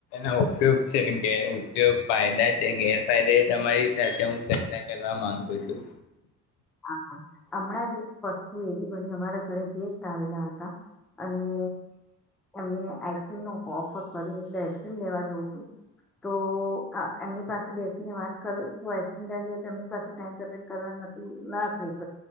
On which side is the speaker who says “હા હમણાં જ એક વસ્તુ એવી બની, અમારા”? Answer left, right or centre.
Centre